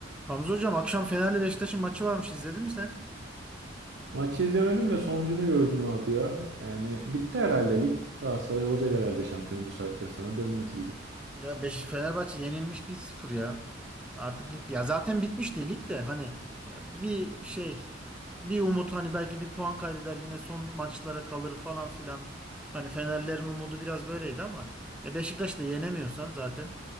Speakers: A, in the centre; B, on the right (about 65°).
A: Hamza hocam akşam Fener'le Beşiktaş'ın maçı varmış izledin mi sen?
B: Maçı izlemedim de sonucunu gördüm abi ya. Yani bitti herhalde lig. Galatasaray olacak herhalde şampiyon bu saatten sonra dönmez gibi.
A: Ya Beş Fenerbahçe yenilmiş bir sıfır ya. Artık lig ya zaten bitmişti lig de hani ya bir şey bir umut hani belki bir puan kaybeder yine son maçlara kalır falan filan. Hani Fenerlerin umudu biraz böyleydi ama e Beşiktaş'ı da yenemiyorsan zaten